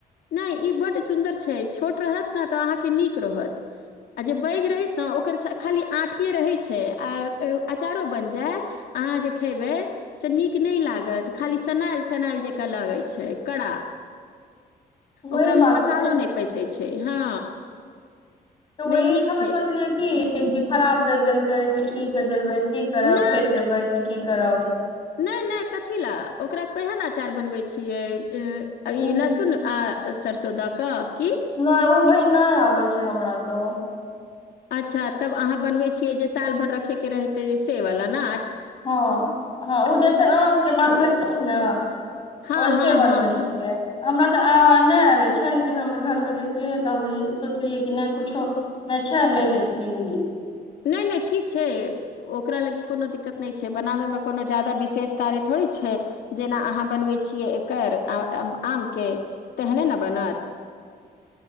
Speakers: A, on the left; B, on the left.
A: नहि ई बड सुन्दर छै छोट रहत ने तऽ अहाँके नीक रहत आ जे पैग रहैत ने ओकर खाली आठीए रहैत छै आ अचारो बनि जायत आहाँ जे खेबै से निक नै लागत खाली सनाइल सनाइल जका लागै छै का
B: वही
A: ओकरा मे
B: बात
A: मसालो
B: छै
A: पैसे छै हँ
B: तऽ
A: नहि
B: ओ ईमे
A: नीक छै
B: सोचलियै की खराब दए देलकै कि की कर देलकै की करब
A: नहि
B: फेर देबै की करब
A: नहि नहि कथी ल ओकरा केहन अचार बनबै छियै ए
B: उम्म,
A: इ लहसुन आ सरसो द क
B: नइ उ बहिन नइ आबै छै हमरा त
A: अच्छा तब अहाँ बनबै छियै जे साल भरि रखेके रहतै से वाला न
B: हँ हँ ओ जे छै आमके बनबै छिये न
A: हँ
B: ओैसे
A: हँ
B: बनबै
A: हँ
B: छियै
A: हँ
B: हमरा आ नहि आबै छै लेकिन हम घरमे देखलियै तऽ हम सोचलियै कि नहि कुछो नहि छै ले लै छी ओहि
A: नहि नहि ठीक छै ओकरा लागी कोनो दिक्कत नहि छै बनाबयमे कोनो जादा विशेष थोड़ी छै जेना अहाँ बनवै छिये एकर अ आम के तेहने न बनै सात